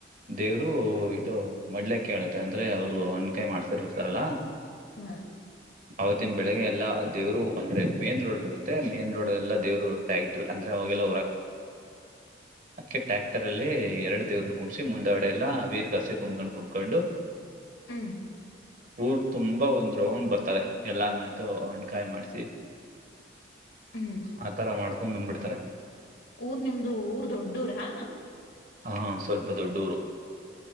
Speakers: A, on the right; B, on the left.
A: ದೇವ್ರು ಇದು ಮಡ್ಲಕ್ಕೆೇಳುತ್ತೆ ಅಂದ್ರೆ ಅವ್ರು ಹಣ್ಣುಕಾಯಿ ಮಾಡ್ತಾರ ಇರ್ತಾರಲ್ಲ
B: ಹಾ
A: ಹ ಆತ್ತಿನ ಬೆಳಗ್ಗೆ ಎಲ್ಲಾ ದೇವ್ರು ಅಂದ್ರೆ ಮೈನ್ ರೋಡ್ ಇರುತ್ತ ಮೈನ್ ರೋಡ್ಲ್ಲ ದೇವರು ಟ್ಯಕ್ ಅಂದ್ರೆ ಾವಲ್ಲರ ಅಕ್ಕೆ ಟ್ಯಾಕ್ಟರ್ ಅಲ್ಲಿ ಎರಡು ದೇವ್ರನ್ನ ಕುೂಡಸಿ ಮುಂದಾಡೆ ಎಲ್ಲ ವೀರ್ಗಾಸಿ ಕುಣ್ಕೊಂಡ್ ಕುಣ್ಕೊಂಡು
B: ಹ್ಮ್
A: ಊರ್ ತುಂಬಾ ಒಂದ್ ರೋೊಂಡ್ ಬರ್ತಾರೆ ಎಲ್ಲಾರ ಮನತು ಹಣ್ಕಾಯಿ ಮಾಡ್ಸಿ
B: ಹ್ಮ್
A: ಆ ತರ ಮಾಡ್ಕೊಂಡ್ ಬಂದ್ಬಿಡ್ತಾರೆ
B: ಊರ್ ನಿಮ್ದು ಊರ್ ದೊಡ್ಡೂರಾ
A: ಹಾ ಸ್ವಲ್ಪ ದೊಡ್ಡೂರು